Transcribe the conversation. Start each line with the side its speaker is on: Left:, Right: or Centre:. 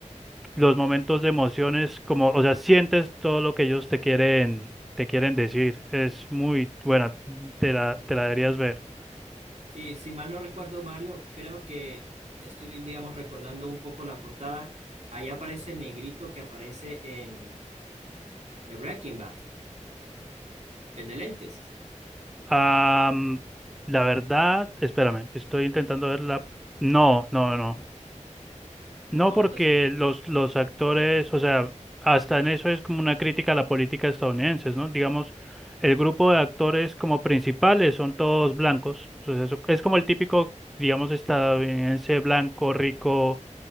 Centre: los momentos de emociones, como, o sea, sientes todo lo que ellos te quieren, te quieren decir. Es muy buena, te la, te la deberías ver.
Right: Sí, si mal no recuerdo, Mario, creo que estoy, digamos, recordando un poco la portada. Ahí aparece el negrito que aparece en The Breaking Bad, el de lentes.
Centre: Am, la verdad, espérame, estoy intentando verla. No, no, no.
Right: No,
Centre: No porque
Right: entonces
Centre: los, los actores, o sea, hasta en eso es como una crítica a la política estadounidense, ¿no? Digamos, el grupo de actores como principales son todos blancos. O sea, eso- es como el típico, digamos, estadounidense blanco, rico